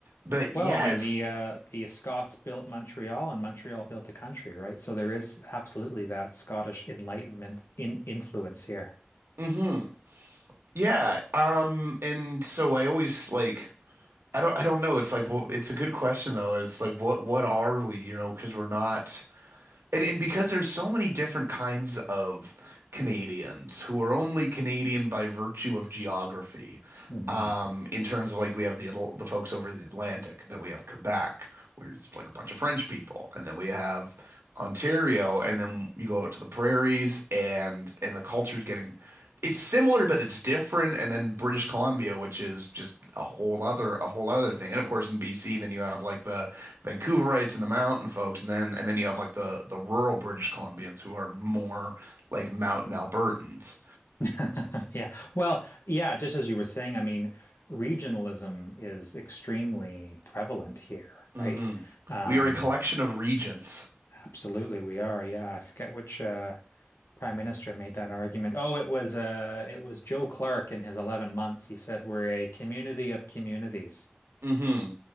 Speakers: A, on the right; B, on the left.
A: but
B: Well,
A: yeah,
B: I mean,
A: it's
B: the uh the Scots built Montreal and Montreal built the country, right? So there is absolutely that Scottish Enlightenment in influence here.
A: hmm Yeah. Um and so I always like I don't I don't know. It's like well, it's a good question though. It's like what what are we, you know, because we're not And and because there's so many different kinds of Canadians who are only Canadian by virtue of geography.
B: Mhm.
A: Um, in terms of like we have the Atl- the folks over the Atlantic, then we have Quebec, where it's like a bunch of French people, and then we have Ontario, and then you go out to the prairies and and the culture's getting it's similar but it's different, and then British Columbia, which is just a whole other a whole other thing. And of course in BC then you have like the Vancouverites and the mountain folks, and then and then you have like the the rural British Columbians who are more like mountain Albertans.
B: <laughs> Yeah. Well, yeah, just as you were saying, I mean, regionalism is extremely prevalent here,
A: hmm
B: right? Um,
A: We are a collection of regions.
B: absolutely we are. Yeah, I forget which uh prime minister made that argument. Oh, it was uh it was Joe Clark in his 11 months. He said we're a community of communities.
A: hmm